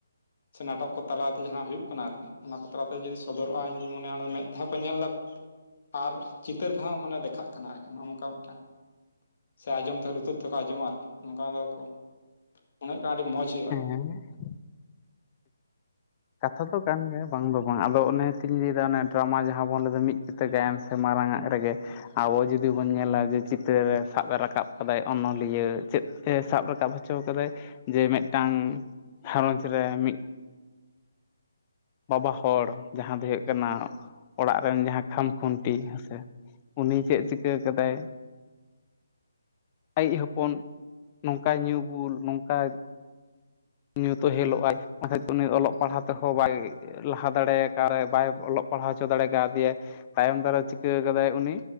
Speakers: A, on the left; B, on the left.
A: ᱥᱮ ᱱᱟᱴᱚᱠ ᱠᱚ ᱛᱟᱞᱟᱛᱮ ᱡᱟᱦᱟᱸ ᱦᱩᱭᱩᱜ ᱠᱟᱱᱟ ᱟᱨᱠᱤ ᱚᱱᱟ ᱠᱚ ᱛᱟᱞᱟᱛᱮ ᱡᱩᱫᱤ ᱥᱚᱫᱚᱨᱚᱜᱼᱟ ᱤᱧᱫᱩᱧ ᱢᱚᱱᱮᱭᱟ ᱚᱱᱟ ᱢᱮᱸᱫ ᱛᱮᱦᱚᱸ ᱠᱚ ᱧᱮᱞ ᱞᱟ ᱟᱨ ᱪᱤᱛᱟᱹᱨ ᱛᱮᱦᱚᱸ ᱢᱟᱱᱮ ᱫᱮᱠᱷᱟᱜ ᱠᱟᱱᱟ ᱟᱨᱠᱤ ᱱᱚᱜᱼᱚ ᱱᱚᱝᱠᱟ ᱢᱤᱫᱴᱟᱝ ᱥᱮ ᱟᱸᱡᱚᱢ ᱛᱮᱦᱚᱸ ᱞᱩᱛᱩᱨ ᱛᱮᱠᱚ ᱟᱸᱡᱚᱢᱟ ᱟᱨᱠᱤ ᱚᱝᱠᱟ ᱜᱮᱠᱚ, ᱢᱚᱱᱮᱜᱴ ᱦᱩᱭᱩᱜ ᱠᱟᱱᱟ ᱟᱹᱰᱤ ᱢᱚᱡᱽ ᱦᱩᱭᱩᱜᱼᱟ ᱟᱨᱠᱤ
B: ᱦᱮᱸ ᱠᱟᱛᱷᱟ ᱫᱚ ᱠᱟᱱ ᱜᱮᱭᱟ ᱵᱟᱝ ᱫᱚ ᱵᱟᱝ ᱟᱫᱚ ᱚᱱᱮ ᱛᱤᱧ ᱞᱟᱹᱭᱫᱟ ᱚᱱᱮ ᱰᱨᱟᱢᱟ ᱡᱟᱦᱟᱸ ᱵᱚᱱ ᱞᱟᱹᱭᱫᱟ ᱢᱤᱫ ᱠᱤᱛᱟᱹ ᱜᱟᱭᱟᱱ ᱥᱮ ᱢᱟᱨᱟᱝᱟᱜ ᱨᱮᱜᱮ ᱟᱵᱚ ᱡᱩᱫᱤ ᱵᱚᱱ ᱧᱮᱞᱟ ᱡᱮ ᱪᱤᱛᱟᱹᱨ ᱥᱟᱵ ᱨᱟᱠᱟᱵ ᱠᱟᱫᱟᱭ ᱚᱱᱚᱞᱤᱭᱟᱹ ᱪᱮᱫ ᱛᱮ ᱥᱟᱵ ᱨᱟᱠᱟᱵ ᱦᱚᱪᱚ ᱠᱟᱫᱟᱭ ᱡᱮ ᱢᱤᱫᱴᱟᱝ ᱜᱷᱟᱨᱚᱸᱡᱽ ᱨᱮ ᱢᱤᱜ ᱵᱟᱵᱟ ᱦᱚᱲ ᱡᱟᱦᱟᱸ ᱫᱚ ᱦᱩᱭᱩᱜ ᱠᱟᱱᱟ ᱚᱲᱟᱜ ᱨᱮᱱ ᱡᱟᱦᱟᱸ ᱠᱷᱟᱢ ᱠᱷᱩᱱᱴᱤ ᱦᱮᱸᱥᱮ ᱩᱱᱤ ᱪᱮᱜ ᱪᱤᱠᱟᱹ ᱠᱟᱫᱟᱭ ᱟᱭᱤᱡ ᱦᱚᱯᱚᱱ ᱱᱚᱝᱠᱟ ᱧᱩ ᱵᱩᱞ ᱱᱚᱝᱠᱟ ᱧᱩ ᱛᱚᱦᱮᱞᱚᱜᱼᱟᱭ ᱵᱟᱠᱷᱟᱡ ᱩᱱᱤ ᱚᱞᱚᱜ ᱯᱟᱲᱦᱟᱣ ᱛᱮᱦᱚᱸ ᱵᱟᱭ ᱞᱟᱦᱟ ᱫᱟᱲᱮ ᱠᱟᱨᱮ ᱵᱟᱭ ᱚᱞᱚᱜ ᱯᱟᱲᱦᱟᱣ ᱦᱚᱪᱚ ᱫᱟᱲᱮ ᱠᱟᱣ ᱫᱮᱭᱟᱭ ᱛᱟᱭᱚᱢ ᱫᱟᱨᱮ ᱪᱤᱠᱟᱹ ᱠᱟᱫᱟᱭ ᱩᱱᱤ